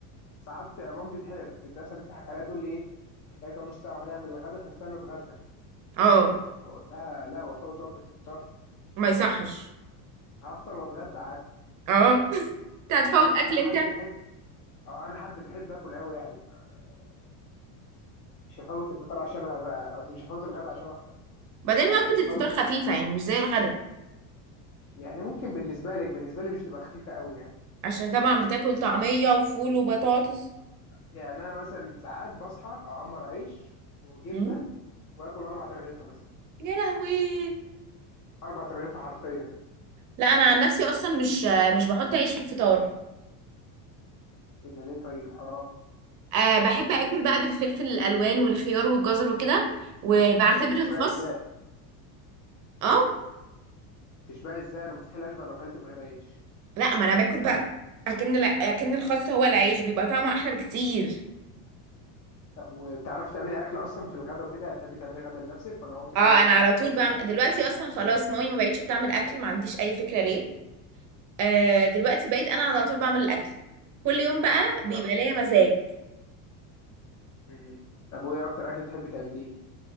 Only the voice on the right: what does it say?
اه
ما يصحش
اه <laughs> انت هتفوت
اكل
انت
بعدين
وجبة
الفطار خفيفة
يعني مش زي الغدا
عشان طبعا بتاكل طعمية وفول وبطاطس
امم
يا لهوي
لا انا عن نفسي اصلا مش مش بحط عيش في الفطار
أه بحب اكل بقى بالفلفل الالوان والخيار والجزر وكده وبعتبر
الخس
اه
لا ما انا باكل بقى اكن اكن الخس هو العيش بيبقى طعمه احلى بكتير
اه
انا على
طول بعمل دلوقتي اصلا خلاص مامي ما بقتش بتعمل اكل ما عنديش اي فكره ليه آه دلوقتي
بقيت انا على طول بعمل الاكل كل يوم بقى بيبقى
ليا مزاج